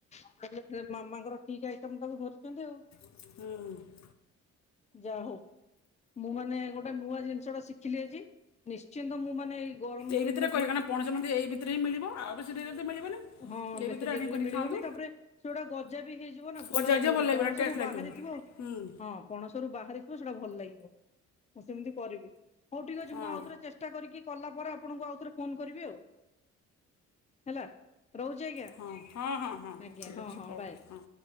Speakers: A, on the left; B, on the left.
A: ଅପା ତ ମାମାଙ୍କର ଠିକ୍ ଆଇଟମ ଟାକୁ ଧରିଛନ୍ତି ଆଉ <unintelligible>
B: ହଁ।
A: ଯାହା ହଉ ମୁଁ ମାନେ ଗୋଟେ ନୂଆ ଜିନିଷ ଟା ଶିଖିଲି ଆଜି ନିଶ୍ଚିନ୍ତ ମୁଁ ମାନେ। ଗରମ
B: ଏଇ
A: ଦିନ
B: ଭିତରେ କରିବି କାଇଁ ନା ପଣସମଞ୍ଜି ଏଇ ଭିତରେ ହି ମିଳିବ, ଆଉ ବେଶୀ ଡେରି ହେଲେ ତ ମିଳିବନି।
A: ହଁ
B: ଏଇ
A: ବେଶୀ
B: ଭିତରେ
A: ଡେରିରେ
B: ଆଣିକି କରି
A: ମିଳିବନି।
B: ଖାଆନ୍ତୁ
A: ତାପରେ ସେଗୁଡା ଗଜା ବି ହେଇଯିବ ନା ଭଲ
B: ଗଜା ହେଇଯିବ
A: ଲାଗିବନି,
B: ଲାଗିବ
A: ପଣସରୁୁ
B: ଟେଷ୍ଟ ଲାଗିବନି
A: ବାହାରିଯିବ।
B: ହୁଁ।
A: ହଁ ପଣସ ରୁ ବାହାରିଥିବ ସେଟା ଭଲ ଲାଗିବ, ମୁଁ ସେମିତି କରିବି ହଉ ଠିକ୍ ଅଛି
B: ହଁ
A: ମୁଁ ଆଉ ଥରେ ଚେ ଟା କରିକି କଲା ପରେ ଆପଣଙ୍କୁ ଆଉ ଥରେ ଫୋନ କରିବି ଆଉ, ହେଲା। ରହୁଛି ଆଜ୍ଞା।
B: ହଁ ହଁ ହଁ ହଁ
A: ଆଜ୍ଞା
B: ଠିକ୍
A: ହଁ
B: ଅଛି
A: ହଁ
B: ହଉ
A: ବାଏ।
B: ହଁ